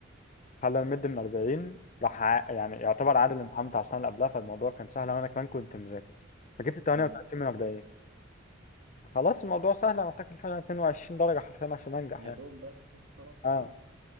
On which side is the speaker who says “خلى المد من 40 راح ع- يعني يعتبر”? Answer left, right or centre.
Left